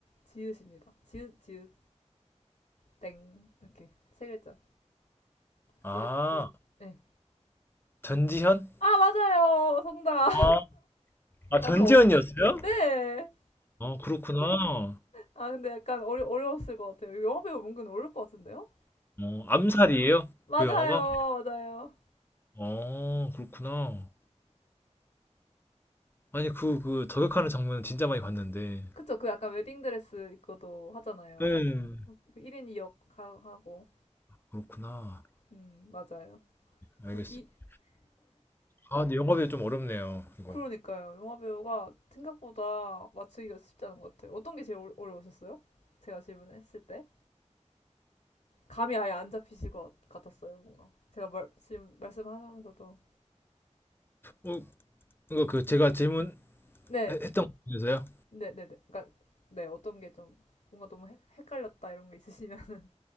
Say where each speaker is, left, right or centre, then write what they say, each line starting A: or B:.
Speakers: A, on the left (about 70°); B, on the left (about 20°).
A: 지읒입니다. 지읒, 지읒, 땡. 이렇게. 세 글자.
B: 아
A: 지읒, 지읒. 예.
B: 전지현?
A: 아, 맞아요. 정답.
B: 아, 아
A: 아,
B: 전지현이었어요?
A: 좀, 어, 네.
B: 아 그렇구나.
A: 아, 근데 약간 어려, 어려웠을 것 같아요. 이거 영화배우 은근 어려울 것 같은데요?
B: 어 암살이에요?
A: 맞아요.
B: 그 영화가?
A: 맞아요.
B: 아 그렇구나. 아니 그 그 저격하는 장면은 진짜 많이 봤는데.
A: 그쵸. 그 약간 웨딩드레스 입고도 하잖아요.
B: 음
A: 그 1인 2역 가- 하고.
B: 그렇구나.
A: 음, 맞아요.
B: 알겠습니다.
A: 그, 이,
B: 아 근데 영화비가 좀 어렵네요. 이거.
A: 그러니까요. 영화배우가 생각보다 맞추기가 쉽지 않은 것 같아요. 어떤 게 제일 어- 어려우셨어요? 제가 질문했을 때? 감이 아예 안 잡히실 것 같았어요, 뭔가. 제가 말, 지금 말씀하면서도.
B: 어, 이거 그 제가 질문했던
A: 네.
B: 것에서요
A: 네네네. 그러니까 네 어떤 게 좀 뭔가 너무 헷- 헷갈렸다 이런 게 있으시면 <laughs>